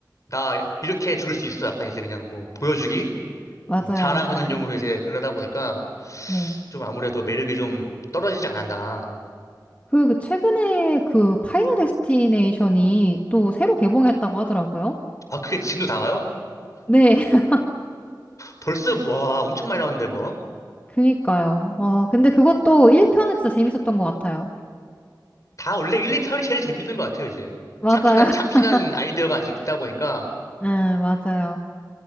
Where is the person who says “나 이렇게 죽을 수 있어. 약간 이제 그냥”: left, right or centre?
Left